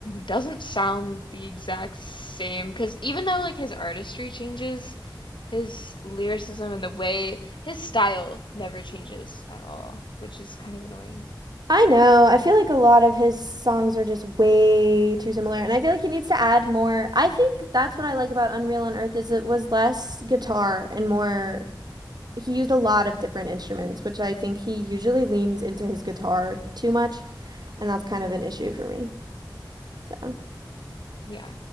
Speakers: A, on the left; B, on the right.
A: doesn't sound the exact same. Because even though like his artistry changes, his lyricism and the way his style never changes at all, which is kind of annoying.
B: I know. I feel like a lot of his songs are just way too similar, and I feel like he needs to add more. I think that's what I like about Unreal on Earth is it was less guitar and more. He used a lot of different instruments, which I think he usually leans into his guitar too much, and that's kind of an issue for me. So.
A: Yeah.